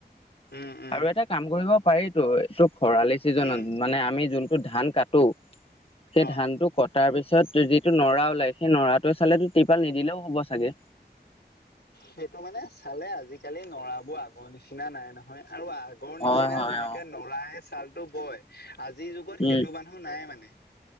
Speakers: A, on the left; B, on the left.
A: উম উম
B: আৰু এটা কাম কৰিব পাৰিতো এইটো খৰালি চিজনত
A: উম
B: মানে আমি যোনটো ধান কাট টো সেই
A: অ
B: ধানটো কটাৰ পিছত যিটো নৰা ওলাই সেই নৰাটোৱে চালেতো তিৰপাল নিদিলেও হ'ব চাগে।
A: সেইটো মানে চালে আজিকালি নৰা বোৰ আগৰ নিচিনা নাই নহয়। আৰু আগৰ
B: হয়
A: নিচিনা
B: হয়
A: যেনেকে
B: অ
A: নৰাই ছালটো বয় আজিৰ যুগত
B: উম
A: সেইটো মানুহ নাই মানে।